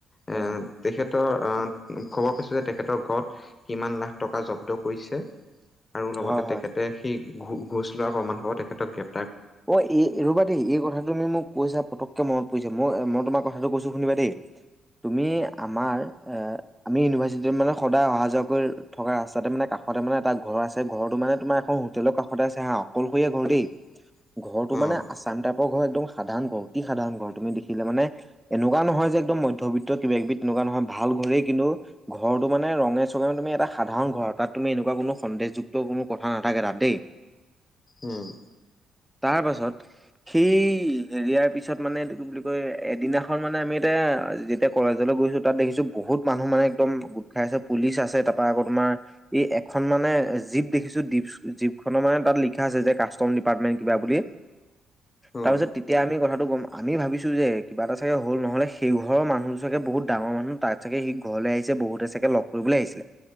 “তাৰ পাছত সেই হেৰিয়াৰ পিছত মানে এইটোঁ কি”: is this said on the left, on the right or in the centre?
Centre